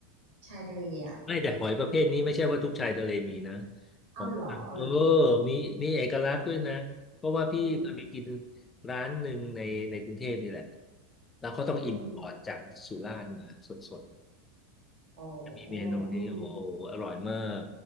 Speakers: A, on the right; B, on the left.
A: ชายทะเลอ่ะ
B: ไม่แต่หอยประเภทนี้ไม่ใช่ว่าทุกชายทะเลมีนะ
A: คือเอ้าเหรอเอาเหรอ
B: ของทางเออมีมีเอกลักษณ์ด้วยนะเพราะว่าพี่เคยไปกิน
A: อืม
B: ร้านหนึ่งในในกรุงเทพนี่แหละแล้วเขาต้องอิมพอร์ตจากสุราษฎร์มาสด
A: อืมอ๋อ
B: ๆมีเมนูนี้โอ้โหอร่อยมาก
A: อืม